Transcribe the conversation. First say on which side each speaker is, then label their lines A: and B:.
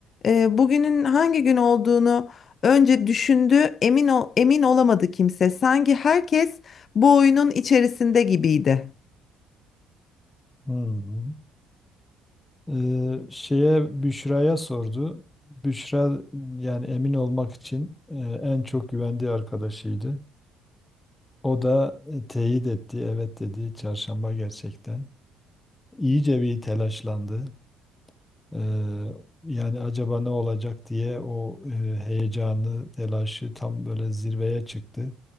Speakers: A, on the left; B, on the left.
A: e, bugünün hangi gün olduğunu önce düşündü. Emin ol, emin olamadı kimse. Sanki herkes bu oyunun içerisinde gibiydi.
B: hmm, ee, şeye Büşra'ya sordu. Büşra yani emin olmak için e, en çok güvendiği arkadaşıydı. O da e, teyit etti, evet dedi. Çarşamba gerçekten. İyice bir telaşlandı. Ee, yani acaba ne olacak diye o e, heyecanı, telaşı tam böyle zirveye çıktı.